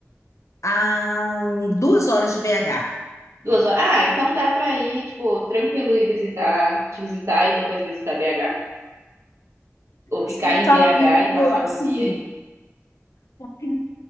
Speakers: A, on the left (about 85°); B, on the right (about 70°).
A: a duas horas de BH.
B: Duas horas. Ah, então dá pra ir, tipo, tranquilo e visitar, te visitar e depois visitar BH. Ou ficar
A: Você
B: em
A: fala
B: BH
A: comigo
B: e passar um
A: assim,
B: dia aí.
A: porque